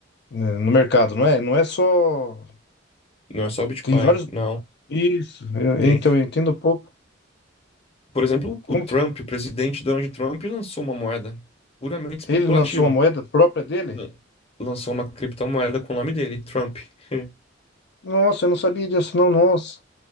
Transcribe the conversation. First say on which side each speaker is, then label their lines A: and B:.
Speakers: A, on the left (about 60°); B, on the left (about 30°).
A: né, no mercado, não é? Não é só...
B: não é só o Bitcoin,
A: Tem vários...
B: não.
A: Isso, eu- então
B: Tem.
A: eu entendo um pouco.
B: Por exemplo,
A: Como
B: o Trump,
A: que
B: o presidente Donald Trump, lançou uma moeda puramente especulativa.
A: Ele lançou uma moeda própria dele?
B: Lan- Lançou uma criptomoeda com o nome dele, Trump. <laughs>
A: Nossa, eu não sabia disso, não, nossa.